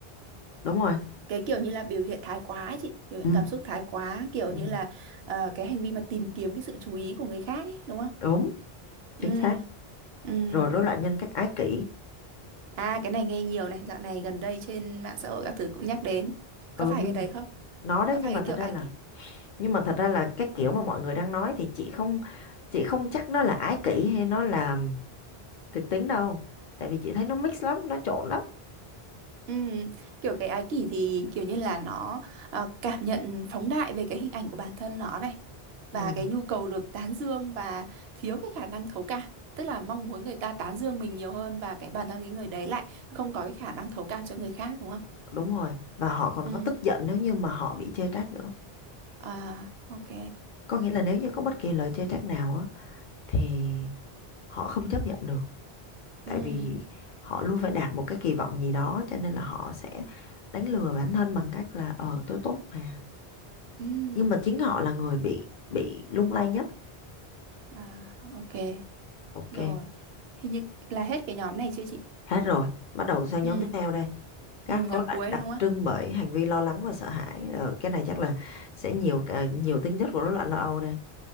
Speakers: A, on the left (about 55°); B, on the right (about 80°).
A: đúng rồi
B: cái kiểu như là biểu hiện thái quá ấy chị biểu hiện
A: ừ.
B: cảm xúc thái quá kiểu
A: ừ,
B: như là ờ, cái hành vi mà tìm kiếm cái sự chú ý của người khác ấy đúng không
A: đúng
B: ừ
A: chính xác
B: ừ
A: rồi rối loạn nhân cách ái kỷ
B: à cái này nghe nhiều này dạo này gần đây trên mạng xã hội các thứ cũng nhắc đến
A: ừ
B: có phải
A: nhưng
B: cái đấy
A: mà
B: không
A: nó đấy
B: có
A: nhưng
B: phải
A: mà
B: cái kiểu
A: thật ra
B: ai
A: là nhưng mà thật ra là cái kiểu mà mọi người đang nói thì chị không chị không chắc nó là ái kỷ hay nó là kịch tính đâu tại vì chị thấy nó mix lắm nó trộn lắm
B: Ừm, kiểu cái ái kỷ thì kiểu như là nó ờ, cảm nhận phóng đại về cái hình ảnh của bản thân nó này
A: ừ,
B: và cái nhu cầu được tán dương và thiếu cái khả năng thấu cảm tức là mong muốn người ta tán dương mình nhiều hơn và cái bản thân cái người đấy lại không có cái khả năng thấu cảm cho người khác đúng không?
A: đúng rồi và họ còn
B: Ừ.
A: có tức giận nếu như mà họ bị chê trách nữa
B: À ok.
A: có nghĩa là nếu như có bất kỳ lời chê trách nào á thì họ không chấp nhận được tại
B: Ừ.
A: vì họ luôn phải đạt một cái kỳ vọng gì đó cho nên là họ sẽ đánh lừa bản thân bằng cách là ờ tôi tốt mà
B: Ừ.
A: nhưng mà chính họ là người bị bị lung lay nhất
B: À ok.
A: ok
B: Rồi. Thì như là hết cái nhóm này chưa chị?
A: hết rồi bắt đầu sang
B: Ừ.
A: nhóm tiếp theo đây các
B: Ừ,
A: rối
B: nhóm cuối
A: loạn
B: đấy
A: đặc
B: đúng không?
A: trưng bởi hành vi lo lắng và sợ hãi Ờ, cái này chắc là sẽ nhiều ờ, nhiều tính chất của rối loạn lo âu đây